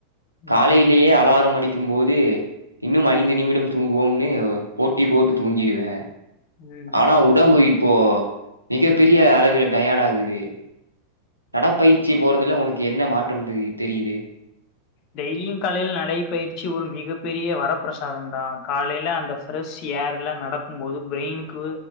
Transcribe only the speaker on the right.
காலைலயே
அலாரம் அடிக்கும் போது இன்னும் ஐந்து நிமிடம் தூங்குவோம்னு போட்டி போட்டு தூங்கிடுவே
ஆனா
உடம்பு இப்போ மிகப்பெரிய அளவில டயர்ட் ஆகுது. நடப்பயிற்சி போறதுல உனக்கு என்ன மாற்றம் தெரியு தெரியுது